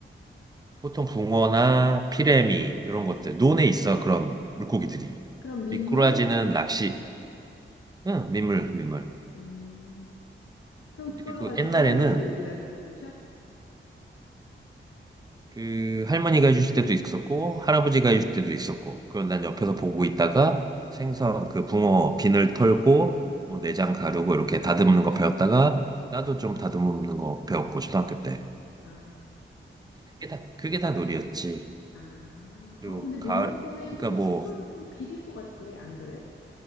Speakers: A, on the right; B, on the left.
A: 보통 붕어나 피래미
B: 어.
A: 이런 것들 논에 있어 그런 물고기들이.
B: 그럼 민물?
A: 미꾸라지는 낚시, 응 민물 민물.
B: 음, 그럼
A: 그리고
B: 그걸로 가지고
A: 옛날에는
B: 할머니가 요리해 주셔?
A: 그 할머니가 해주실 때도 있었고 할아버지가 해주실 때도 있었고 그럼 난 옆에서 보고 있다가 생선 그 붕어 비늘 털고 뭐 내장 가르고 이렇게 다듬는 거 배웠다가 나도 좀 다듬는 거 배웠고 초등학교 때
B: 아,
A: 그게 다 그게 다 놀이였지
B: 아,
A: 그리고
B: 아, 근데 민물고기는
A: 가을 그러니까
B: 좀
A: 뭐
B: 생선은 좀 비릴 것 같아. 안 그래?